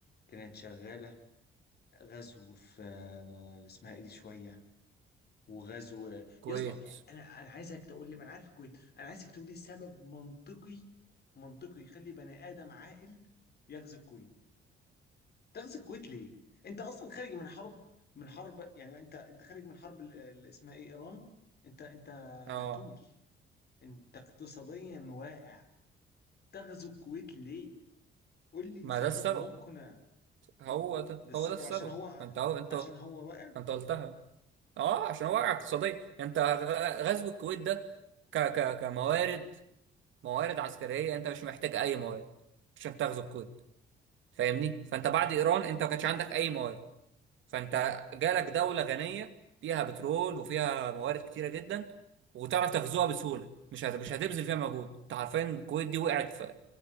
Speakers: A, on the left; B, on the right.
A: كانت شغاله غزو في آه، اسمها ايه دي شويه وغزو يا
B: كويت
A: اسطى يعني انا انا عايزك تقول لي ما انا عارف الكويت انا عايزك تقول لي سبب منطقي منطقي يخلي بني ادم عاقل يغزو الكويت تغزو الكويت ليه؟ انت اصلا خارج من حرب من حرب يعني انت انت خارج من حرب ال- اللي اسمها ايه ايران انت انت
B: اه
A: مقتول انت اقتصاديا واقع تغزو الكويت ليه؟ قول لي
B: ما
A: سبب
B: ده السبب
A: مقنع
B: هو
A: م-
B: ده
A: ده السبب
B: هو ده السبب
A: عشان هو
B: انت هو انت
A: عشان هو واقع
B: انت قلتها اه عشان وقع
A: يعني
B: اقتصادي انت غ- غزو الكويت ده ك ك كموارد موارد عسكريه انت مش محتاج اي موارد عشان تغزو الكويت فاهمني
A: مم.
B: فانت بعد ايران انت ما كانش عندك اي موارد فانت جالك دوله غنيه فيها بترول وفيها موارد كتيره جدا وتعرف تغزوها بسهوله مش هت... مش هتبذل فيها مجهود انت عارفين الكويت دي وقعت في